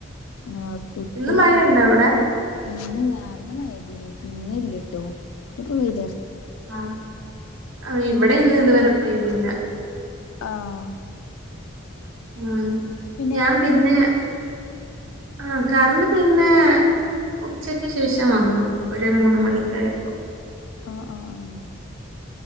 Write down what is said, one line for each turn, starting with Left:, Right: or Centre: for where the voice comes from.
Left: ആഹ കുട്ടിയെവിടെ?
Right: ഇന്ന് മഴയുണ്ടോ അവിടെ
Left: പിന്നെ രാവിലെ മയെയ്ദീനി പിന്നെ ഇല്ലട്ടോ പിന്നൊക്കെ വെയ്
Right: ആഹ ഇവിടെ ഇന്ന് ഇതുവരെ പേയ്തില്ല.
Left: ആഹ
Right: അ ഞാൻ
Left: എപ്പളാ
Right: പിന്നെ.
Left: വന്നേ?
Right: ആഹ കറണ്ട് പിന്നെ. ഉച്ചക്ക് ശേഷം വന്നു ഒരു മൂന്ന്മണിയൊക്കായപ്പോ.
Left: ആഹ് ആഹ് ആഹ്